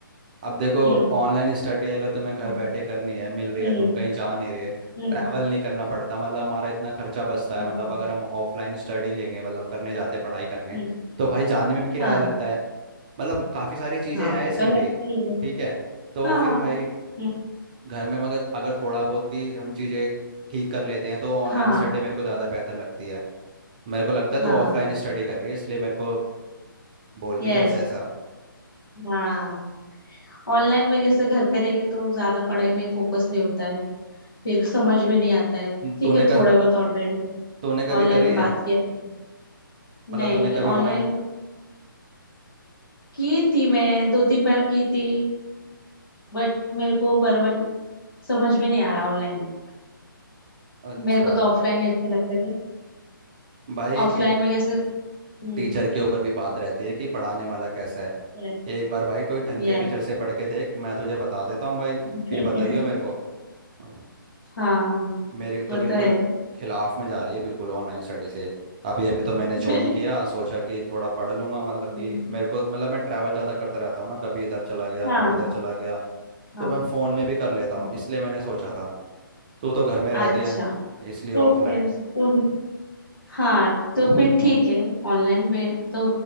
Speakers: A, on the right; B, on the left.
A: अब देखो
B: हम्म
A: ऑनलाइन स्टडी अगर तुम्हें घर
B: हम्म
A: बैठे करनी है मिल रही
B: हम्म
A: है तुम कहीं जा नहीं रहे
B: हम्म
A: ट्रैवल नहीं करना पड़ता मतलब हमारा इतना खर्चा बचता
B: हम्म,
A: है मतलब
B: हम्म।
A: अगर हम ऑफलाइन स्टडी लेंगे मतलब करने जाते हैं पढ़ाई करने
B: हम्म
A: तो भाई जाने में भी किराया
B: हाँ
A: लगता
B: हाँ
A: है मतलब काफ़ी सारी चीज़ें
B: हाँ
A: हैं
B: वो
A: इसमें
B: तो
A: भी
B: लगता ही है
A: ठीक है तो
B: हाँ
A: फिर भाई
B: हम्म,
A: घर में मगर अगर थोड़ा बहुत भी हम चीज़ें ठीक कर लेते हैं तो ऑनलाइन
B: हाँ
A: स्टडी मेरे को ज़्यादा बेहतर लगती है मेरे को लगता है
B: हाँ
A: तू ऑफलाइन स्टडी कर रही है इसलिए मेरे को बोल रही
B: यस
A: है ऐसा ऐसा
B: हाँ ऑनलाइन में कैसे घर पे रह के तो ज्यादा पढ़ाई में फोकस नहीं होता है फिर समझ में नहीं आता है ठीक
A: तूने
B: है
A: का
B: थोड़ा बहुत ऑनलाइन में
A: तूने कभी
B: ऑनलाइन
A: करी
B: में
A: है
B: बात किया तो
A: मतलब
B: नहीं
A: तूने कभी
B: ऑनलाइन
A: ऑनलाइन
B: की थी मैं दो तीन बार की थी बट मेरे को बराबर समझ में नहीं आया ऑनलाइन
A: अच्छा
B: मेरे को तो ऑफलाइन ही अच्छे लगते थे
A: भाई ए,
B: ऑफलाइन में कैसे हम्म
A: टीचर के ऊपर भी बात रहती है कि पढ़ाने वाला कैसा है
B: Yes
A: एक बार भाई कोई ढंग
B: yes
A: के टीचर से पढ़ के देख मैं तुझे बता देता हूँ भाई
B: <laughs>
A: फिर बताइयो मेरे को अब
B: हाँ
A: मेरे तो
B: वो तो
A: बिल्कुल
B: है
A: खिलाफ में जा रही है बिल्कुल ऑनलाइन स्टडी से अभी अभी तो मैंने
B: <laughs>
A: ज्वाइन किया सोचा कि थोड़ा पढ़ लूंगा मतलब कि
B: हम्म,
A: मेरे को मतलब मैं ट्रैवल ज़्यादा करता रहता हूँ ना कभी इधर चला गया
B: हाँ
A: कभी उधर चला गया
B: हाँ
A: तो मैं फ़ोन में भी कर लेता हूँ
B: हाँ।
A: इसलिए मैंने सोचा था तू तो घर में
B: अच्छा
A: रहती है इसलिए
B: तो
A: ऑफलाइन
B: फिर तो ही- हाँ तो फिर ठीक है ऑनलाइन बे तो